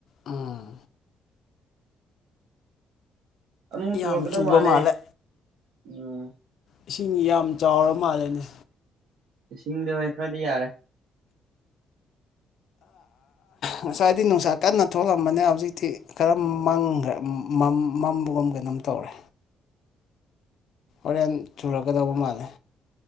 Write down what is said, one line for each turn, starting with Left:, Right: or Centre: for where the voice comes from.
Left: ꯎꯝ
Right: ꯑꯃꯨꯛ
Left: ꯌꯥꯝ
Right: ꯆꯨꯔꯛꯀꯗꯕ
Left: ꯆꯨꯕ
Right: ꯃꯥꯂꯦ
Left: ꯃꯥꯜꯂꯦ
Right: ꯎꯝ꯫
Left: ꯏꯁꯤꯡ ꯌꯥꯝ ꯆꯥꯎꯔ ꯃꯥꯜꯂꯦꯅꯦ꯫
Right: ꯏꯁꯤꯡꯗꯣꯍꯦ ꯈꯔꯗꯤ ꯌꯥꯔꯦ꯫
Left: ꯉꯁꯥꯏꯗꯤ ꯅꯨꯡꯁꯥ ꯀꯟꯅ ꯊꯣꯛꯂꯝꯕꯅꯦ ꯍꯧꯖꯤꯛꯇꯤ ꯈꯔ ꯃꯝꯈ꯭ꯔꯦ ꯃꯝ ꯃꯝꯕꯒꯨꯝ ꯀꯩꯅꯣꯝ ꯇꯧꯔꯦ ꯍꯣꯔꯦꯟ ꯆꯨꯔꯛꯀꯗꯧꯕ ꯃꯥꯜꯂꯦ